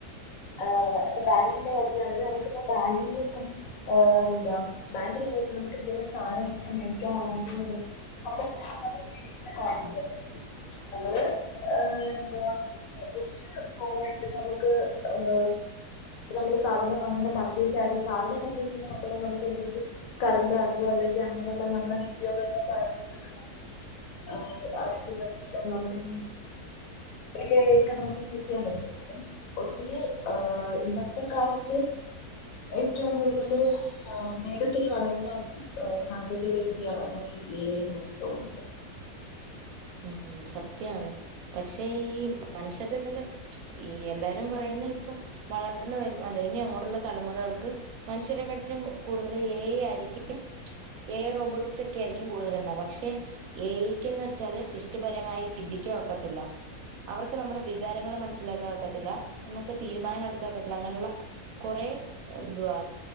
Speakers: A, on the left (about 65°); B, on the right (about 70°).
A: ആഹ് ഇപ്പൊ ബാങ്കിന്റെ കാര്യത്തിലാണെങ്കിൽ നമ്മുക്കിപ്പോ ബാങ്കില് ആഹ് എന്താ ബാങ്കിൽ നിന്ന് ഇപ്പ നമ്മുക്ക് എന്തെങ്കിലും സാധനങ്ങളൊക്കെ മേടിക്കാനാണെങ്കിൽ അവിടെ ചെന്നിട്ട് മേടിക്കേണ്ട കാര്യം ഇല്ലല്ലോ നമ്മള് ഏഹ് എന്തുവാ ജസ്റ്റ് ഫോൺ എടുത്ത് നമ്മുക്ക് ഏഹ് ഇപ്പൊ നമ്മള് സാധനം വാങ്ങുന്ന പർച്ചേസ് ആയാലും സാധനം പർച്ചേസ് ചെയ്യുന്നത് മാത്രം നമ്മുക്ക് എന്തെങ്കിലും കറന്റ് ചാർജോ അല്ലെങ്കിൽ അങ്ങനെയുള്ള നമ്മുടെ നിത്യോപയോഗ സാധനങ്ങളൊക്കെ നമ്മു ആഹ് അടക്കുന്നത് നമ്മളീ <unintelligible> നമ്മുക്ക് യൂസ് ചെയ്യാൻ പറ്റുന്നെ അപ്പം ഈ ആഹ് ഇന്നത്തെ കാലത്ത് ഏറ്റവും കൂടുതല് വേഗത്തിൽ വളരുന്ന ഏഹ് സാങ്കേതിക വിദ്യ എ ഐ എന്ന് എനിക്ക് തോന്നുന്നുണ്ട്
B: ഉം ഉം സത്യാണ് പക്ഷേ ഈ മനുഷ്യരുടെ ചില ഈ എല്ലാരും പറയുന്ന ഇപ്പൊ വളർന്നു വരും അല്ല ഇനി അങ്ങോട്ടുള്ള തലമുറകൾക്ക് മനുഷ്യരെകാട്ടിലും കൂടുതൽ എ ഐ ആയിരിക്കും എ ഐ റോബോട്ടിക്സ് ഒക്കെ ആയിരിക്കും കൂടുതലെന്നാ പക്ഷെ എ ഐക്ക് എന്ന് വെച്ചാല് സൃഷ്ടിപരമായി ചിന്തിക്കാൻ ഒക്കത്തില്ല അവർക്ക് നമ്മുടെ വികാരങ്ങൾ മനസ്സിലാക്കാൻ ഒക്കത്തില്ല നമ്മുക്ക് തീരുമാനങ്ങൾ എടുക്കാൻ ഒക്കത്തില്ല അങ്ങനെയുള്ള കുറെ എന്തുവാ